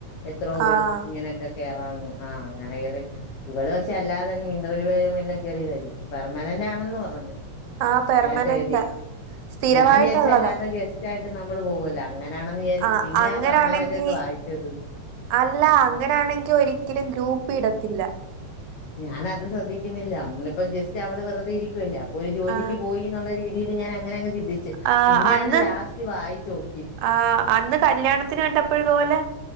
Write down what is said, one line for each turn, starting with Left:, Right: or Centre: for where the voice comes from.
Left: എത്രോ കൊടു
Right: ആഹ്
Left: ഇങ്ങനെയൊക്കെ കേറാന്ന് ആഹ് അങ്ങനെ കേറി ഇവള് പക്ഷെ അല്ലാതെ ഇന്റർവ്യൂ എല്ലാം കേറിയതായിരിക്കും പെർമനൻ്റ് ന്റാണെന്ന് പറഞ്ഞു
Right: ആ പെർമനന്റാ
Left: അനാത്ത് എഴുതി
Right: സ്ഥിരവായിട്ടുള്ളതാ
Left: ഞാൻ വിചാരിച്ച അല്ലാത്ത ഗസ്റ്റ് യിട്ട് <unintelligible> നമ്മള് പോവല്ല അങ്ങനാണെന്ന് വിചാരിച്ചു.
Right: ആ
Left: പിന്നാ
Right: അങ്ങനാണെങ്കി
Left: പെർമനന്റ് എന്ന് വായിച്ചത്.
Right: അല്ല, അങ്ങനൊണെങ്കി ഒരിക്കലും ഗ്രൂപ്പ് ഇടത്തില്ല.
Left: ഞാനത് ശ്രദ്ധിക്കുന്നില്ല നമ്മളിപ്പ ജസ്റ്റ് അവള് വെറുതെ ഇരിക്കുവല്ലേ അപ്പൊ ഒരു ജോലിക്ക്
Right: ആ
Left: പോയി എന്നുള്ള രീതി രീതി ഞാൻ അങ്ങനെ അങ് ചിന്തിച്ച്,
Right: ആ
Left: പിന്നെയാണ്
Right: അന്ന്
Left: ലാസ്റ്റ് വായിച്ചോ-
Right: ആ അന്ന് കല്യാണത്തിന് കണ്ടപ്പോഴതുപോലെ